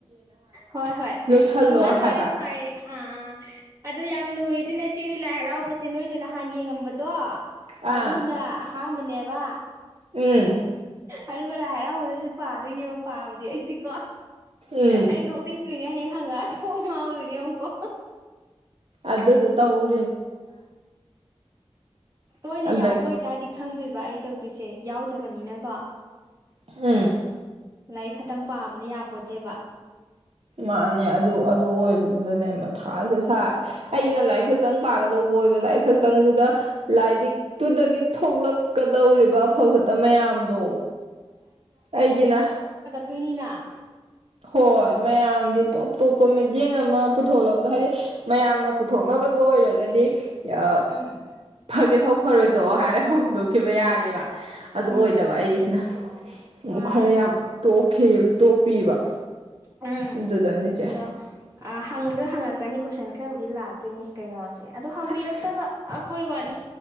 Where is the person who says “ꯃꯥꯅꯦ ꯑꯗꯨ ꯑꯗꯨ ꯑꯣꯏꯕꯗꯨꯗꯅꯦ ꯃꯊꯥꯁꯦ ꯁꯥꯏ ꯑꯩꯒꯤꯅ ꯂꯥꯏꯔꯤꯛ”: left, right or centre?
Right